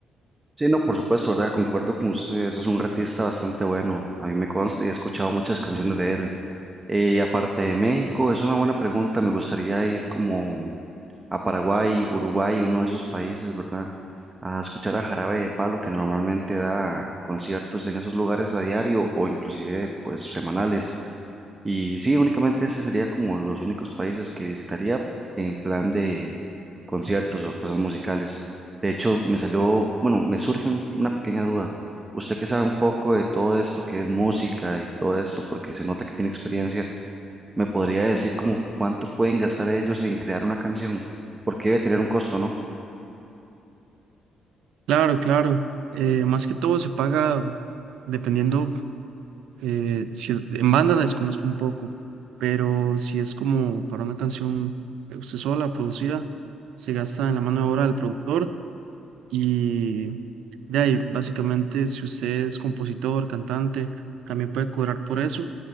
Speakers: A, on the right; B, on the right.
A: Sí, no, por supuesto, ¿verdad? Concuerdo con ustedes, es un artista bastante bueno, a mí me consta y he escuchado muchas canciones de él. Eh, aparte de México, es una buena pregunta, me gustaría ir como a Paraguay, Uruguay, uno de esos países, ¿verdad? A escuchar a Jarabe de Palo, que normalmente da conciertos en esos lugares a diario o inclusive pues semanales. Y sí, únicamente ese sería como los únicos países que visitaría en plan de conciertos o cosas musicales. De hecho, me salió, bueno, me surge un- una pequeña duda. Usted que sabe un poco de todo esto que es música y todo esto, porque se nota que tiene experiencia, ¿me podría decir como cuánto pueden gastar ellos en crear una canción? Porque debe tener un costo, ¿no?
B: Claro, claro. eh, más que todo se paga dependiendo, eh, si es, en banda la desconozco un poco, pero si es como para una canción eh, usted sola, producida, se gasta en la mano de obra del productor y. De ahí, básicamente, si usted es compositor, cantante, también puede cobrar por eso.